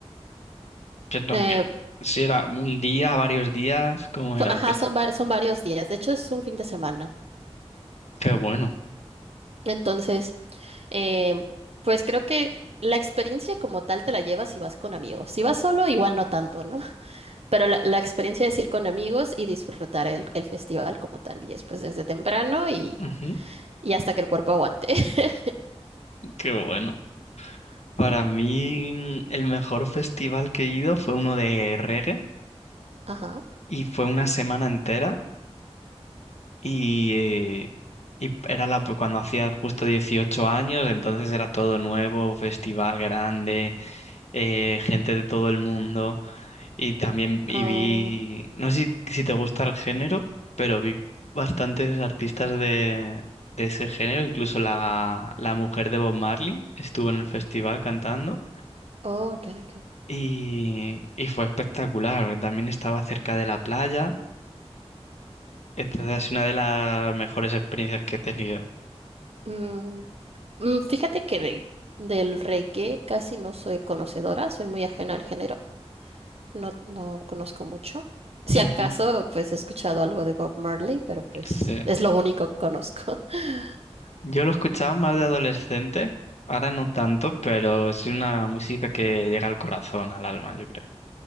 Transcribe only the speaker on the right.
Eh,
so-
ajá,
son, va- son varios días. De hecho, es un fin de semana.
<clears throat> Entonces, eh, pues creo que la experiencia como tal te la llevas si vas con amigos. Si vas solo, igual no tanto, ¿no? Pero la, la experiencia es ir con amigos y disfrutar el, el festival como tal. Y después desde temprano y,
y hasta que el cuerpo aguante. <laughs>
Ajá.
Ah,
oh, ok, ok.
Mm, mm, fíjate que de- del reggae casi no soy conocedora, soy muy ajena al género, no, no conozco mucho. Si
acaso, pues he escuchado algo de Bob Marley, pero pues
es lo único que conozco. <laughs>